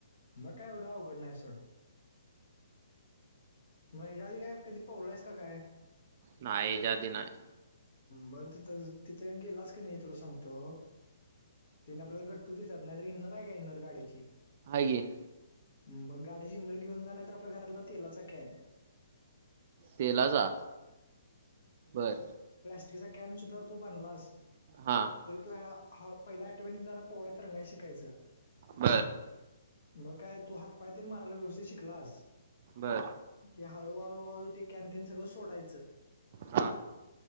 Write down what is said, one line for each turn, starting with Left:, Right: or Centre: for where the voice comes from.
Left: मग काय एवढं अवघड नाही सोड. मग हेच्या आधी काय कधी पोहलाईस की काय.
Right: नाही हेच्या आधी नाही.
Left: मग तिथं तिथं गेलाच का नाही तुला सांगतो. तिने आपल्याला गट्टू देतात नाहीतर इन्रर आहे का? इनर गाडीची.
Right: हाय की.
Left: मग गाडी इन्नर घेऊन जाणार तर आपल्या घरातला तेलाचा कॅन.
Right: तेलाचा बर.
Left: प्लास्टिकचा कॅन सुद्धा तू बांधलास.
Right: हा.
Left: तरी तो ह पहिला अटवंटीज जरा पोहायला तरंगायला शिकायचं.
Right: बर
Left: मग काय तू हातपाय तरी मारायला व्यवस्थित शिकलास.
Right: बर
Left: कि हळूहळूहळू ते कॅन तेन सगळं सोडायचं.
Right: हम्म.